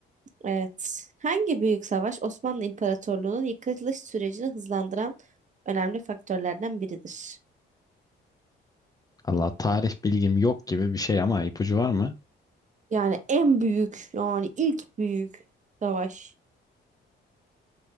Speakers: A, on the right (about 40°); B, on the left (about 20°).
A: Evet. Hangi büyük savaş Osmanlı İmparatorluğu'nun yıkılış sürecini hızlandıran önemli faktörlerden biridir?
B: Allah tarih bilgim yok gibi bir şey ama ipucu var mı?
A: Yani en büyük, yani ilk büyük savaş.